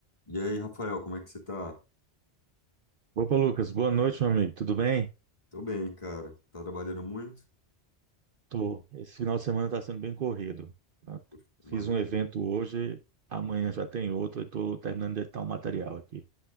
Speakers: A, on the left; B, on the right.
A: E aí, Rafael, como é que você tá?
B: Opa, Lucas, boa noite, meu amigo. Tudo bem?
A: Tô bem, cara. Tá trabalhando muito?
B: Tô. Esse final de semana está sendo bem corrido. tá?
A: Poxa, Imagina.
B: Fiz um evento hoje, amanhã já tem outro, e tô terminando de editar um material aqui.